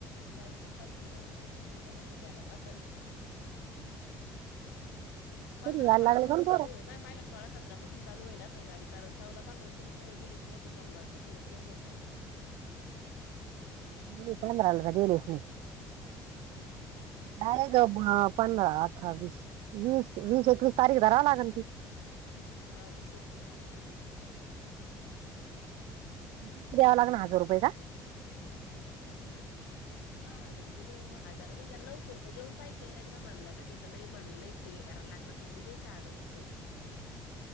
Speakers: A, on the left; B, on the right.
A: गाडी किती तारखेला जाईल काय मग त्याच्या पण ध्यानात असल पंधरा
B: कधी व्हायला
A: सोळापासून
B: लागले का
A: चालू
B: पोरं
A: आहे नाही पहिल्या सोळा सात- सतरापासून चालू होईल असेन गाडी कारण चौदा पंधरा कोण पोर गेलीच नव्हते सोमवारपासूनच गेलतेन डायरेक्ट <inaudible>
B: मी पंधराला गेलेस नाही
A: हम्म
B: अर ग पण आठ्ठावीस वीस वीस एकवीस तारीख धराव लागल की
A: हा वीस एकवीस धारा लागेल
B: किती द्यावं लागणार हजार रुपये का
A: हा हजार रुपये देऊ हजार नाही त्याला नऊशे रुपये देऊन पाहिजे एकदा म्हनलं का तिथं नाही म्हनयची करायला लागला मग द्यायचे हजार रुपये